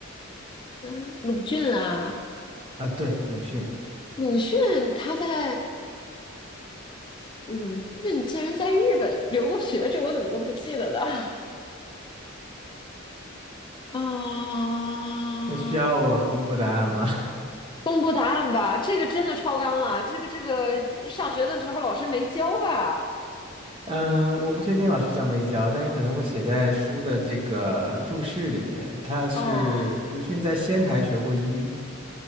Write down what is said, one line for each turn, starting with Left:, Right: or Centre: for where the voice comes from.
Left: 嗯，嗯鲁迅啊，
Right: 啊，对，鲁迅。
Left: 鲁迅他在鲁迅竟然在日本留过学，这我怎么都不记得的 <laughs> 啊！
Right: 那需要我公布答案吗？
Left: 公布答案吧，这个真的超纲了，这个这个上学的时候老师没教吧？
Right: 嗯，我不确定老师教没教，但是可能会写在书的这个注释里面。他是鲁迅在仙台学过医，
Left: 嗯，